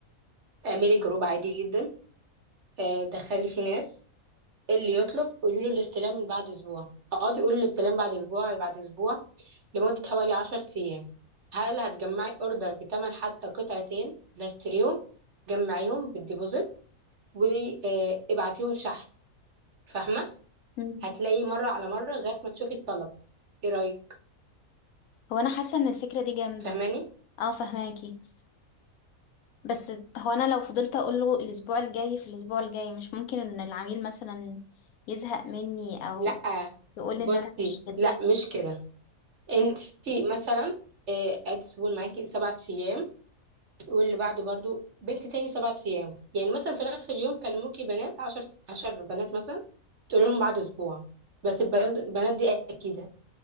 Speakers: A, on the right (about 55°); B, on the left (about 85°).
A: اعملي جروب عادي جدا آه، دخلي فيه ناس اللي يطلب قولي له الاستلام من بعد اسبوع اقعدي قولي الاستلام بعد اسبوع بعد اسبوع لمدة حوالي 10 ايام هل هتجمعي اوردر بتمن حتى قطعتين لا اشتريهم جمعيهم بالديبوزيت وابعتيهم شحن فاهمة
B: مم.
A: هتلاقي مرة على مرة لغاية ما تشوفي الطلب ايه رأيك
B: هو أنا حاسة إن الفكرة دي جامدة
A: فاهماني
B: اه فهماكي بس هو انا لو فضلت اقول له الاسبوع الجاي في الاسبوع الجاي مش ممكن ان العميل مثلا يزهق مني او
A: لا
B: يقول
A: بصي
B: ان انا مش جدية
A: لا مش كده انت مثلا آه، ادي سيبون معاكي سبعة ايام واللي بعده برضو بنت تاني سبعة أيام يعني مثلا في نفس اليوم كلموكي بنات عشر عشر بنات مثلا تقول لهم بعد أسبوع بس البنات البنات دي أكيدة